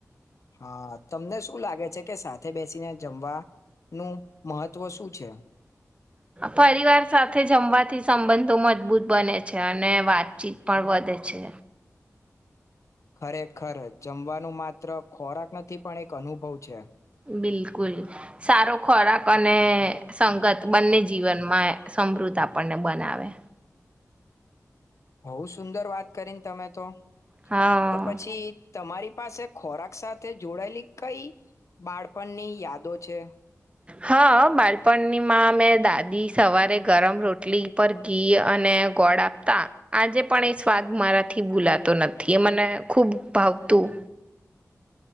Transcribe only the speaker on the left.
હા તમને શું લાગે છે કે સાથે બેસીને જમવાનું મહત્વ શું છે.
ખરેખર જમવાનું માત્ર ખોરાક નથી પણ એક અનુભવ છે.
બઉ સુંદર વાત કરીને તમે તો.
તો પછી તમારી પાસે ખોરાક સાથે જોડાયેલી કઈ બાળપણની યાદો છે